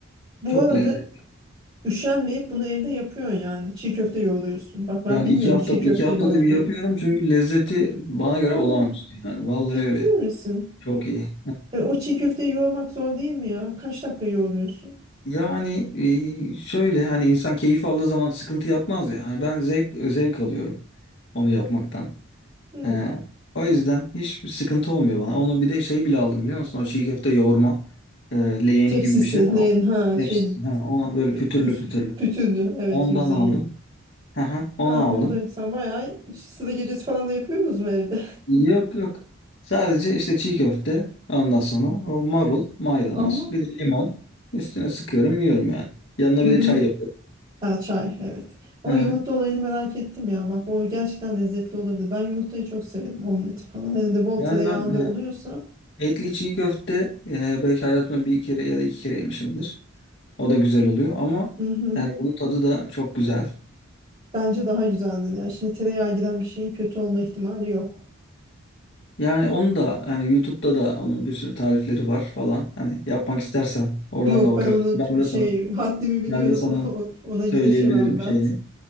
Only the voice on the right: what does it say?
bu
arada
üşenmeyip bunu evde yapıyorsun yani. Çiğ köfte yoğuruyorsun. Bak ben
bilmiyordum
çiğ köfte
yoğurduğunu.
Aa,
ciddi
misin?
E, o çiğ köfteyi yoğurmak zor değil mi ya? Kaç dakika yoğuruyorsun?
Hmm.
Tepsisi,
len
ha
şey
üst,
pütürlü evet
yüzeyi.
Ha,
onda sen bayağı sıra gecesi falan da yapıyorsunuz mu evde?
<laughs> Ama
bu
yumurta
Ha, çay evet. Ama
yumurta olayını merak ettim ya. Bak o gerçekten lezzetli olabilir. Ben yumurtayı çok severim omleti falan. Hele de bol
tereyağında
oluyorsa.
Hı hı.
Bence daha güzeldir. Yani şimdi tereyağı giren bir şeyin kötü olma ihtimali yok.
Yok
ben onu
c-
şey
haddimi biliyorum.
<laughs> O- o- Ona
girişemem ben.